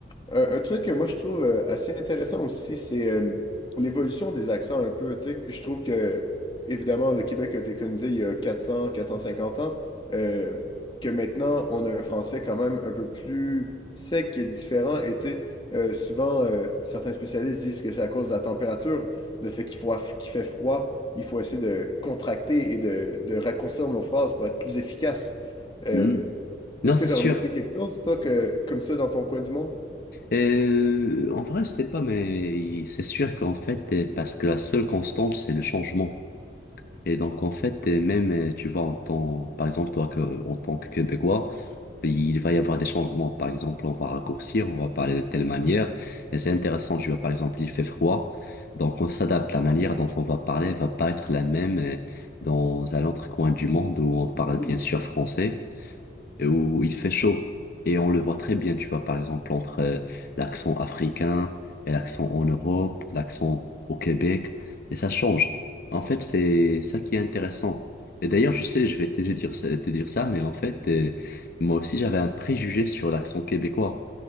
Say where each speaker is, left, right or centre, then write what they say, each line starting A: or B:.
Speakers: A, on the left; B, on the left.
A: Un, un truc que moi je trouve euh, assez intéressant aussi, c'est euh, l'évolution des accents un peu. Tu sais, je trouve que, évidemment, le Québec a été colonisé il y a quatre quatre cents quatre cent cinquante ans, euh, que maintenant on a un français quand même un peu plus sec qui est différent. Et tu sais, euh, souvent, euh, certains spécialistes disent que c'est à cause de la température, le fait qu'il faut, qu'il fait froid, il faut essayer de contracter et de, de raccourcir nos phrases pour être plus efficace. Euh,
B: Hmm. Non,
A: est-ce que
B: c'est
A: tu
B: sûr.
A: as remarqué quelque chose, toi, que, comme ça dans ton coin du monde?
B: Euh, en vrai, je sais pas, mais c'est sûr qu'en fait, euh, parce que la seule constante, c'est le changement. Et donc, en fait, et même, euh, tu vois, en tant, par exemple, toi, que, en tant que Québécois, il va y avoir des changements. Par exemple, on va raccourcir, on va parler de telle manière. Et c'est intéressant, tu vois, par exemple, il fait froid. Donc, on s'adapte. La manière dont on va parler va pas être la même euh, dans un autre coin du monde où on parle
A: Hmm.
B: bien sûr français où il fait chaud. Et on le voit très bien, tu vois, par exemple, entre euh, l'accent africain et l'accent en Europe, l'accent au Québec, et ça change. En fait, c'est ça qui est intéressant. Et d'ailleurs, je sais, je vais te te dire, ça- te dire ça, mais en fait, euh, moi aussi, j'avais un préjugé sur l'accent québécois.